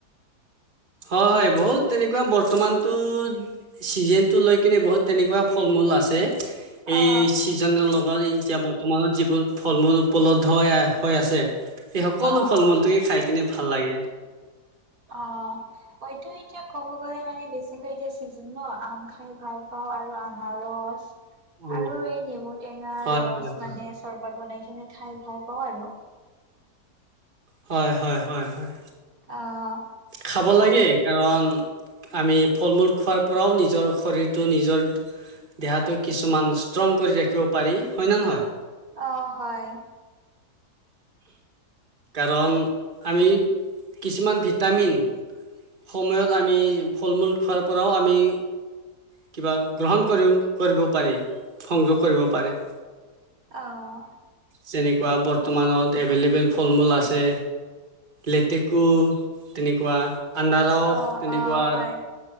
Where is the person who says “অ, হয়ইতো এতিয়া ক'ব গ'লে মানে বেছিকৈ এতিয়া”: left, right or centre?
Right